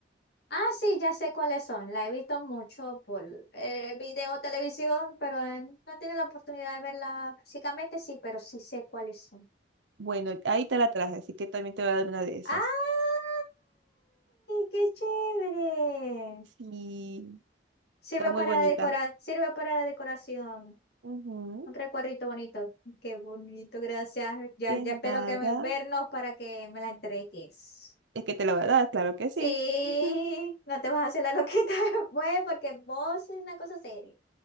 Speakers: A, on the left; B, on the right.
A: Ah, sí, ya sé cuáles son. La he visto mucho por eh, video, televisión, pero eh, no tiene la oportunidad de verla físicamente, sí, pero sí sé cuáles son.
B: Bueno, ahí te la traje, así que también te voy a dar una de esas.
A: ¡Ay, qué chévere!
B: Sí,
A: Sirve
B: está muy
A: para
B: bonita.
A: decorar, sirve para la decoración.
B: Ujú,
A: Un recuadrito bonito. Qué bonito, gracias. Ya,
B: De
A: ya
B: nada.
A: espero que me, vernos para que me la entregues.
B: Es que te la voy a dar, claro que sí.
A: Sí,
B: Ujú.
A: no te vas a hacer la loquita <laughs> después porque vos sois una cosa seria.